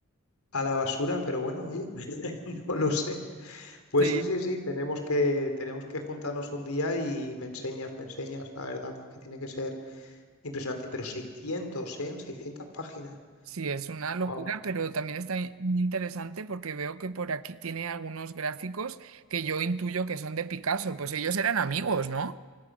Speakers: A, on the left; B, on the right.
A: a la basura, pero bueno, oye, <laughs> no lo sé. Pues
B: Sí.
A: sí, sí, sí, tenemos que, tenemos que juntarnos un día y me enseñas, me enseñas, la verdad, porque tiene que ser impresionante. Pero 600, ¿eh? 600 páginas.
B: Sí, es una locura,
A: Wow.
B: pero también está in- interesante porque veo que por aquí tiene algunos gráficos que yo intuyo que son de Picasso, pues ellos eran amigos, ¿no?